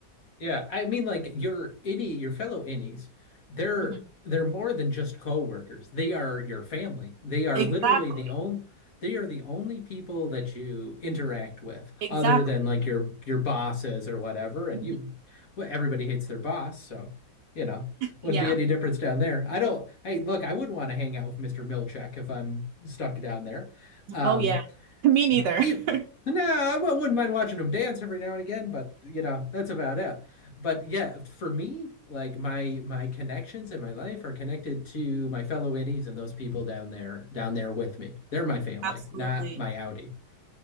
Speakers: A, on the left (about 50°); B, on the right (about 75°).
A: Yeah, I mean, like your innie, your fellow innies, they're
B: Mhm.
A: they're more than just coworkers. They are your family. They are
B: Exactly,
A: literally the only they are the only people that you interact with,
B: exactly.
A: other than like your your bosses or whatever. And
B: Mhm.
A: you, well, everybody hates their boss, so you know, wouldn't
B: Yeah.
A: be any difference down there. I don't. Hey, look, I wouldn't want to hang out with Mr. Milchek if I'm stuck down there. Um,
B: Oh, yeah. <laughs> Me neither.
A: even,
B: <laughs>
A: nah, I wouldn't mind watching them dance every now and again, but you know, that's about it. But yeah, for me, like my my connections in my life are connected to my fellow innies and those people down there down there with me. They're my family,
B: Absolutely.
A: not my Audi.